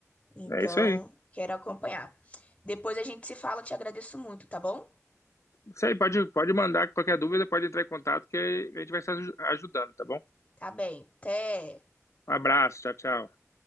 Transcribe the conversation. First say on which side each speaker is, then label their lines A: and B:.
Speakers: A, on the left; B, on the left.
A: Então,
B: É isso aí.
A: quero acompanhar. Depois a gente se fala, te agradeço muito, tá bom?
B: Isso aí, pode, pode mandar qualquer dúvida, pode entrar em contato que a gente vai estar aj- ajudando, tá bom?
A: Tá bem. Até.
B: Um abraço, tchau, tchau.